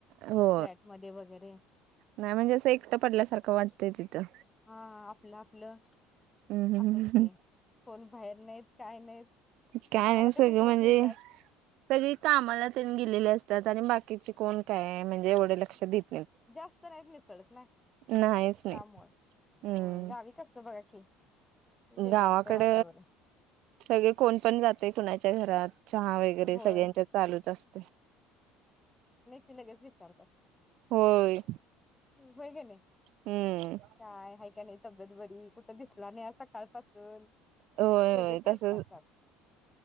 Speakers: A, on the right; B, on the left.
A: हो
B: फ्लॅट मध्ये वगैरे
A: नाही म्हणजे असं एकट पडल्यासारखं वाटत. ते तिथं
B: हा आपलं आपलं
A: हम्म
B: असंच की कोण बाहेर नाहीत काय नाहीत
A: काय
B: आम्हाला
A: नाय
B: कसं
A: सगळ
B: इकडं
A: म्हणजे
B: बिंदास
A: सगळी कामाला तेन गेलेली अस त्यात आणि बाकीचे कोण काय? म्हणजे एवढे लक्ष दित
B: जास्त नाहीत मिसळत ना
A: नाहीच नाही
B: त्यामुळ
A: हम्म
B: होय गावी कस बघा की वेगळं
A: गावाकड
B: असतंय वातावरण
A: सगळे कोण पण जातय कुणाच्या घरात चहा वगैरे
B: होय
A: सगळ्यांच्यात चालूच असतय रिकामा ऑडिओ <inaudible>
B: ते लगेच विचारतात.
A: होय
B: होय का नाय?
A: हम्म
B: काय हाय काय नाय तब्येत बरी? कुठे दिसला नाही आज सकाळ पासून
A: होय
B: लगेच
A: होय
B: विचारतात.
A: तसच